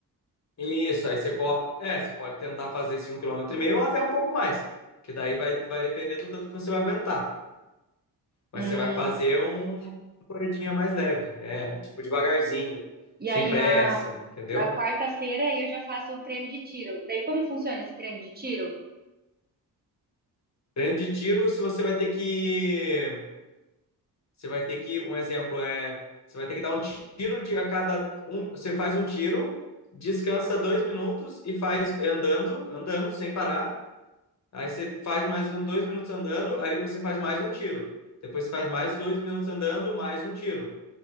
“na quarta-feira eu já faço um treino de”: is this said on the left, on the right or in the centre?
Right